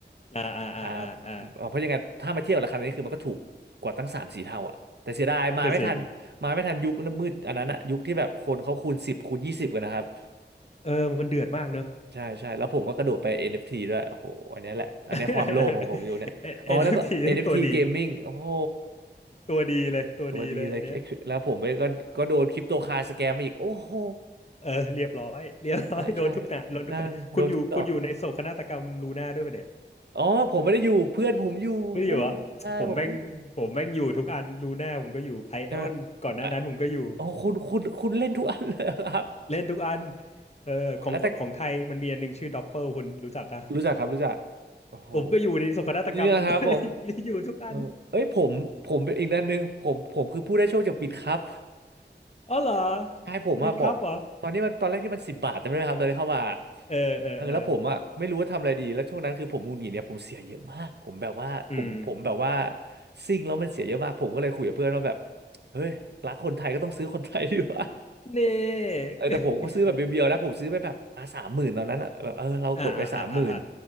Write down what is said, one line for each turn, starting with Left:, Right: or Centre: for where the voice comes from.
Left: อ่าอ่าอ่าอ่าอ่า
Right: อ่าเพราะยังไงถ้ามาเทียบราคานี้คือมันก็ถูกกว่าตั้งสามสี่เท่าอ่ะ แต่เสียดายมาไม่ทันมาไม่ทันยุคมืดอันนั้นอะยุคที่แบบคนเขาคูณสิบคูณยี่สิบกันนะครับ
Left: ก็จริงเออมันเดือดมากเนอะ
Right: ใช่ใช่แล้วผมก็กระโดดไป NFT ด้วยโอ้โหอันเนี้ยแหละอันเนี้ยความโลภของผมอยู่เนี่ยอ๋อแล้วก็
Left: <laughs> เอ็นเอฟทีทั้งตัวดี
Right: NFT Gaming โอ้โห
Left: ตัวดีเลยตัวดีเลยอันเนี้ย
Right: ตัวดีเลยไอ้คือแล้วผมไปก็ก็โดนคริปโตคาสแกมมาอีกโอ้โห
Left: เออเรียบร้อยเรียบร้อยโดนทุกหนะโดนทุกขณะคุณอยู่คุณอยู่ในโศกนาฏกรรมลูน่าด้วยปะเนี่ย
Right: ใช่ใช่ดังโดนทุกดอกอ๋อผมไม่ได้อยู่เพื่อนผมอยู่อู้ใช่ผมไม่ได้อยู่
Left: ไม่ได้อยู่เหรอผมแม่งผมแม่งอยู่ทุกอันลูน่าผมก็อยู่ไอออนก่อนหน้านั้นผมก็อยู่
Right: ใช่ไหมอ่ะอ๋อคุณคุณคุณเล่นทุกอันเลยเหรอครับ
Left: เล่นทุกอันเออของของไทยมันมีอันหนึ่งชื่อด็อปเปลคุณรู้จักอะ
Right: แล้วแต่ รู้จักครับรู้จักโอ้โห
Left: ผมก็อยู่ในโศกนาฏกรรมนั้นด้วย
Right: อันนี้นะครับผม
Left: <laughs> อยู่ทุกอัน
Right: เออเอ้ยผมผมเป็นอีกด้านหนึ่งผมผมคือผู้ได้โชคจากปิดครับ
Left: อ๋อเหรอ
Right: <laughs> ให้ผมอะบอกตอนนี้มันตอนแรกที่มันสิบบาทจำได้ไหมครับตอนนี้เข้ามา
Left: วิดครับเหรอเออเออเออ
Right: เออแล้วผมอะไม่รู้ว่าทำอะไรดีแล้วช่วงนั้นคือผมหงุดหงิดเนี่ยผมเสียเยอะมากผมแบบว่าผมผมแบบว่า
Left: อืม
Right: ซิ่งแล้วมันเสียเยอะมากผมก็เลยคุยกับเพื่อนว่าแบบเฮ้ยรักคนไทยก็ต้องซื้อคนไทยดีกว่า
Left: เน่
Right: เออแต่ผมก็ซื้อแบบเบียวๆนะผมซื้อไปแบบอ่ะสามหมื่นตอนนั้นอะแบบเออเรากดไปสามหมื่น
Left: <laughs> อ่าอ่าอ่าอ่าอ่า